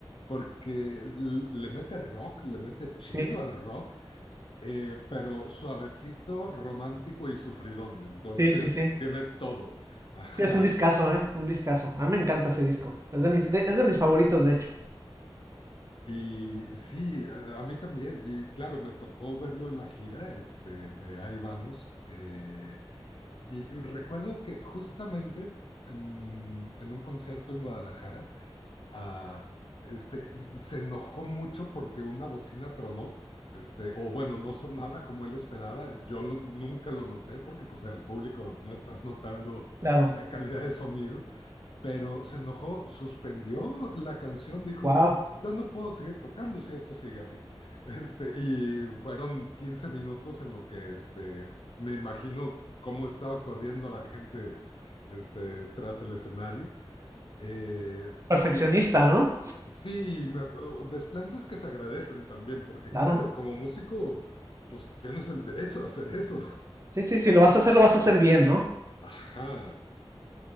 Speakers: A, on the left; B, on the right.
A: porque le mete rock, le mete chido
B: Sí,
A: al rock, eh, pero suavecito, romántico y sufridón. Entonces
B: sí, sí, sí.
A: tiene todo. Ajá.
B: Sí, es un discazo, ¿eh? Un discazo. A mí me encanta ese disco. Es de mis, de- es de mis favoritos, de hecho.
A: Y sí, a a mí también. Y claro, me tocó verlo en la gira, este, de Ahí Vamos. eh, y recuerdo que justamente mm, en un concierto en Guadalajara, a, este, se enojó mucho porque una bocina tronó, este, o bueno, no sonaba como él esperaba. Yo lo- nunca lo noté porque pues al público no estás notando
B: Claro.
A: la calidad de sonido, pero se enojó, suspendió la canción, dijo,
B: Wow.
A: yo no puedo seguir tocando si esto sigue así. Este, y fueron 15 minutos en lo que este, me imagino cómo estaba corriendo la gente este, tras el escenario. Eh,
B: perfeccionista,
A: y,
B: ¿no?
A: Sí, me- o desplantes que se agradecen también, porque
B: Claro.
A: claro, como músico, pues tienes el derecho a hacer eso.
B: Sí, sí, sí, lo vas a hacer, lo vas a hacer bien, ¿no?
A: <laughs> Ajá.